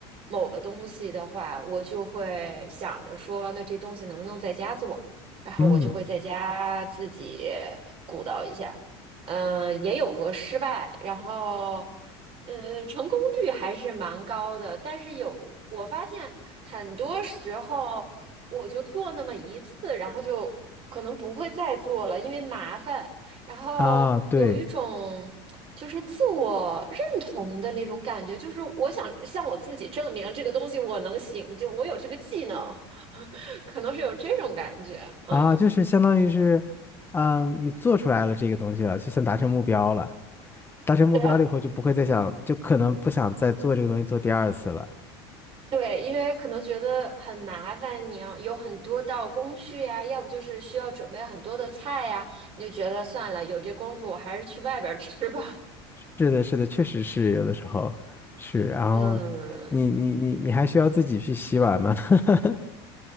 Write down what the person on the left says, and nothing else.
嗯，
啊，对
啊，
就是相当于是，嗯、你做出来了这个东西了，就算达成目标了。达成目标了以后，
就不会再想，就可能不想再做这个东西做第二次了。
是的，是的，确实是有的时候是。然后你你你你还需要自己去洗碗吗？
<laughs>